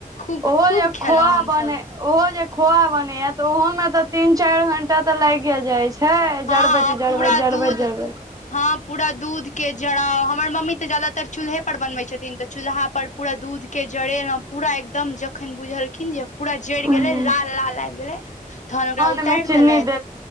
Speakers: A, on the left; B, on the right.
A: खूब
B: ओहो
A: खूब
B: जे खोआ
A: खेलहुॅं हमसभ
B: बने ओहो जे खोआ बनैये तऽ ओहो मे तऽ तीन चार घंटा तऽ लागिये जाय छै छै
A: हँ
B: जरबैत जरबैत
A: पूरा
B: जरबैत
A: दूध
B: जरबैत
A: हँ पूरा दूध के जराउ हमर मम्मी तऽ ज्यादातर चूल्हे पर बनबैत छथिन तऽ चूल्हा पर पूरा दूध के जरेलौं पूरा एकदम जखन बुझलखिन जे पूरा जरि
B: हूँ
A: गेलै लाल लाल आबि गेलै तहन ओकरा
B: ओहिमे
A: उतार
B: चीनी
A: देलथि